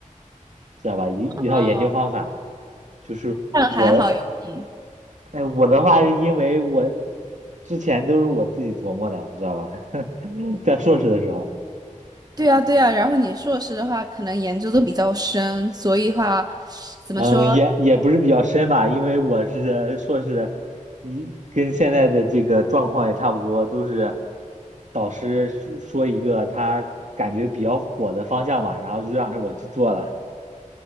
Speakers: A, on the right (about 65°); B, on the right (about 30°).
A: 知道吧？一一套研究方法，
B: 哦，
A: 就是我的，
B: 但还好有你。
A: 哎，我的话是因为我之前都是我自己琢磨的，你知道吧？<laughs> 在硕士的时候。
B: 对啊，对啊，然后你硕士的话，可能研究都比较深，所以话，怎么说？
A: 嗯，也也不是比较深吧，因为我是硕士，一跟现在的这个状况也差不多，都是导师说说一个他感觉比较火的方向嘛，然后就让我去做了。